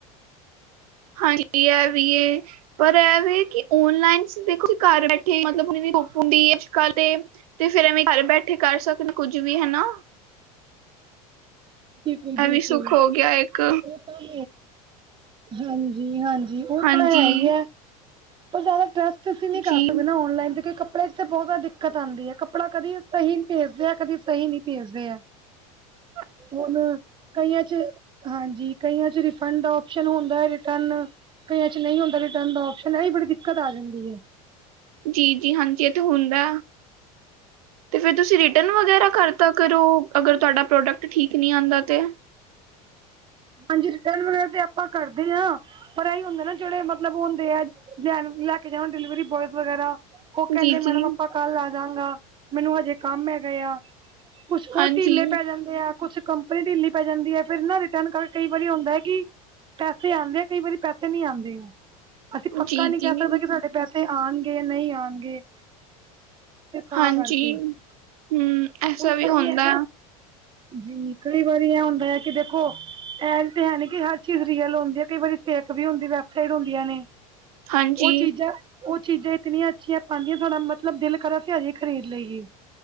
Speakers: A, on the right; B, on the right.
A: ਹਾਂਜੀ ਹੈ ਵੀ ਇਹ। ਪਰ ਇਹਵੇ ਕਿ ਓਨਲਾਈਨ ਦੇਖੋ ਘਰ ਬੈਠੇ ਮਤਲਬ ਧੁੱਪ ਹੁੰਦੀ ਅੱਜ ਤੇ ਤੇ ਫੇਰ ਐਵੇਂ ਘਰ ਬੈਠੇ ਕਰ ਸਕਦੇ ਕੁੱਝ ਵੀ ਹਨਾ
B: ਬਿਲਕੁਲ-ਬਿਲਕੁਲ
A: ਇਹ ਵੀ ਸੁੱਖ ਹੋ ਗਿਆ ਇੱਕ
B: ਹਾਂਜੀ-ਹਾਂਜੀ ਉਹ
A: ਹਾਂਜੀ
B: ਤਾਂ ਹੈ ਹੀ ਹੈ ਪਰ ਜ਼ਿਆਦਾ ਟਰਸਟ ਅਸੀਂ ਨ ਕਰ
A: ਜੀ
B: ਸਕਦੇਾਂ ਔਨਲਾਈਨ ਤੇ ਕੱਪੜੇ ਤੇ ਬਹੁਤ ਜ਼ਿਆਦਾ ਦਿੱਕਤ ਆਉਂਦੀ ਹੈ ਕੱਪੜਾ ਕਦੀ ਸਹੀ ਭੇਜਦੇ ਹੈ, ਕਦੀ ਸਹੀ ਨੀ ਭੇਜਦੇ ਹੈ।
A: <inaudible>
B: ਹੁਣ ਕਈਆਂ ਚ ਹਾਂਜੀ ਕਈਆਂ ਚ ਰਿਫੰਡ ਓਪਸ਼ਨ ਹੁੰਦਾ ਹੈ ਰਿਟਰਨ। ਕਈਆਂ ਚ ਨਹੀਂ ਹੁੰਦਾ ਰਿਟਰਨ ਦਾ ਆਪਸ਼ਨ ਹੈ ਬੜੀ ਦਿੱਕਤ ਆ ਜਾਂਦੀ ਹੈ।
A: ਜੀ ਜੀ ਹਾਂਜੀ ਇੱਥੇ ਹੁੰਦਾ ਤੇ ਫੇਿਰ ਤੁਸੀਂ ਰਿਟਰਨ ਵਗੈਰਾ ਕਰ ਤ ਕਰੋ ਅਗਰ ਤੁਹਾਡਾ ਪ੍ਰੋਡਕਟ ਠੀਕ ਨਹੀਂ ਆਉਂਦਾ ਤਾਂ
B: ਹਾਂਜੀ ਰਿਟਰਨ ਵਗੈ ਤੇ ਆਪਾਂ ਕਰਦੇ ਹਾਂ ਪਰ ਇਹੀ ਹੁੰਦੇ ਨਾ ਜਿਹੜੇ ਮਤਲਬ ਉਹ ਹੁੰਦੇ ਆ ਲੈ-ਲੈ ਕੇ ਜਾਣਾ ਡਿਲੀਵਰੀ ਬੋਇਜ਼ ਵਗੈਰਾ ਉਹ ਕਹਿੰਦੇ
A: ਜੀ ਜੀ
B: ਮੈਡਮ ਆਪਾਂ ਕੱਲ ਆ ਜਾਗਾ ਮੈਨੂੰ ਹਜੇ ਕੰਮ ਹੈਗਾ ਆ ਕੁਛ ਉਹ
A: ਹਾਂਜੀ
B: ਢਿੱਲੇ ਪੈ ਜਾਂਦੇ ਆ, ਕੁਛ ਕੰਪਨੀ ਢਿੱਲੀ ਪੈ ਜਾਂਦੀ ਹੈ ਫਿਰ ਨਾ ਕਈ ਵਾਰੀ ਹੁੰਦਾ ਹੈ ਕਿ, ਪੈਸੇ ਆਉਂਦੇ ਕਈ ਵਾਰੀ ਪੈਸੇ ਨਜਹੀਂ ਆਉਂਦੇ ਅਸੀਂ ਪੱਕਾ
A: ਜੀ
B: ਨਹੀਂ
A: ਜੀ
B: ਕਹਿ ਸਕਦੇ ਕਿ ਸਾਡੇ ਪੈਸੇ ਆਉਣਗੇ ਜਾਂ ਨਹੀਂ ਆਉਣਗੇ। ਤਾਂ
A: ਹਾਂਜੀ
B: ਕਰਕੇ, ਹੁਣ
A: ਹਮ ਐਸਾ ਵੀ
B: ਸਹੀ
A: ਹੁੰਦਾ
B: ਹੈ ਨਾ। ਜੀ ਕਈ ਵਾਰੀ ਇਹ ਹੁੰਦਾ ਹੈ ਕਿ ਦੇਖੋ। ਐ ਤੇ ਹੈ ਕਿ ਹਰ ਚੀਜ਼ ਰੀਅਲ ਹੁੰਦੀ ਹੈ ਕਈ ਵਾਰੀ ਫੇਕ ਵੀ ਹੁੰਦੀ ਵੈਬਸਾਈਟ ਹੁੰਦੀਆਂ ਨੇ।
A: ਹਾਂਜੀ
B: ਉਹ ਚੀਜ਼ਾਂ ਉਹ ਚੀਜ਼ਾਂ ਇਤਨੀਆਂ ਅੱਛੀਆਂ ਪਾਉਂਦੀਆਂ ਤੁਡਾ ਮਤਲਬ ਦਿਲ ਕਰਾ ਸੀ ਹਜੇ ਖਰੀਦ ਲਈਏ।